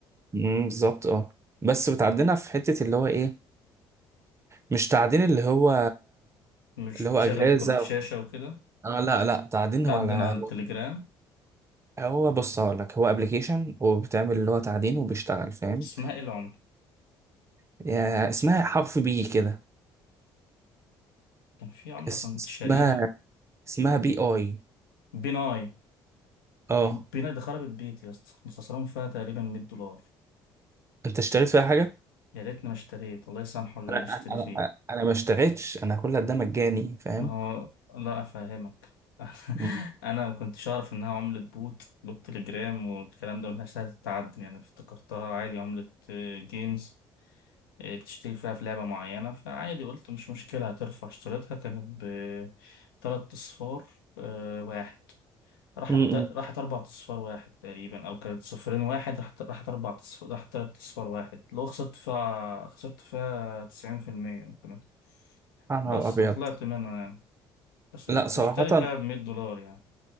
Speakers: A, on the right; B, on the left.
A: مم، بالظبط اه بس بتعدينا في حته اللي هو ايه مش تعدين اللي هو
B: مش
A: اللي هو
B: بتشغل
A: اجهزه
B: كروت
A: أو...
B: شاشة وكده
A: اه لا لا تعدين
B: تعدن
A: هو على
B: على التليجرام
A: هو بص هقول لك هو ابلكيشن وبتعمل اللي هو تعدين وبيشتغل فاهم
B: اسمها ايه العملة
A: يعني اسمها حرف بي كده
B: كان في عملة
A: اس-
B: كنت
A: اسمها
B: شاريها
A: اسمها بي اي
B: بيناي
A: اه
B: بيناي دي خربت بيتي يا اسطى كنت خسران فيها تقريبا 100 دولار
A: انت اشتريت فيها حاجه
B: يا ريتني ما اشتريت الله يسامحه اللي
A: انا
B: اشتري
A: انا انا
B: فيه
A: أنا ما اشتريتش انا كل ده مجاني فاهم
B: ما هو لا أفهمك <laughs>
A: امم
B: أنا ما كنتش أعرف إنها عملة بوت بالتليجرام والكلام ده وإنها سهلة التعدن يعني افتكرتها عادي عملة آه، جيمز آه، بتشتري فيها في لعبة معينة فعادي قلت مش مشكلة هترفع اشتريتها كانت بتلات أصفار آه، واحد راحت
A: امم
B: راحت أربع أصفار واحد تقريبا أو كانت صفرين واحد راحت راحت أربع أصفار راحت تلات أصفار واحد لو خسرت فيها خسرت فيها تسعين في المية كمان
A: يا نهار
B: بس
A: ابيض
B: وطلعت منها يعني. بس
A: لا
B: كنت
A: صراحه
B: مشتري فيها بمية دولار يعني